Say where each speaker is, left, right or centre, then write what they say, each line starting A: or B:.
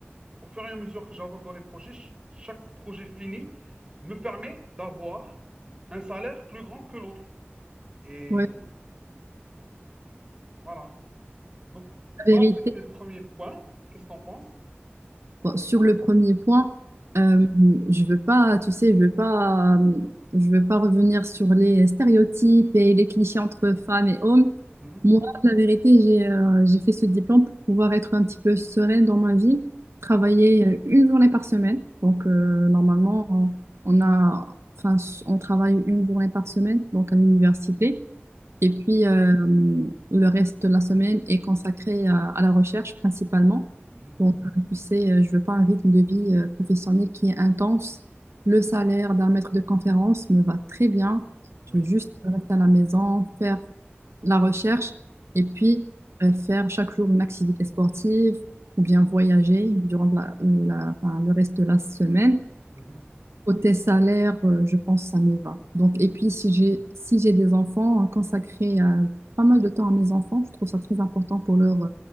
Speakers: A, on the right; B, on the right.
A: au fur et à mesure que j'avance dans les projets, ch- chaque projet fini me permet d'avoir un salaire plus grand que l'autre. Et
B: Ouais.
A: voilà. Donc,
B: La
A: ça,
B: vérité.
A: c'était le premier point. Qu'est-ce que tu en penses?
B: Bon, sur le premier point, euh, je veux pas, tu sais, je veux pas, euh, je veux pas revenir sur les stéréotypes et les clichés entre femmes et hommes.
A: Mhm,
B: Moi, la vérité, j'ai euh, j'ai fait ce diplôme pour pouvoir être un petit peu sereine dans ma vie, travailler euh, une journée par semaine. Donc, euh, normalement, on a, enfin, on travaille une journée par semaine, donc à l'université. Et puis, euh, le reste de la semaine est consacré à, à la recherche principalement.
A: mhm,
B: Donc, euh, tu sais, euh, je veux pas un rythme de vie euh, professionnel qui est intense. Le salaire d'un maître de conférence me va très bien.
A: oui.
B: Je veux juste rester à la maison, faire la recherche et puis euh, faire chaque jour une activité sportive ou bien voyager durant la- la- enfin, le reste de la semaine.
A: Mhm,
B: Côté salaire, euh, je pense que ça me va. Donc, et puis, si j'ai si j'ai des enfants, euh, consacrer euh, pas mal de temps à mes enfants, je trouve ça très important pour leur euh,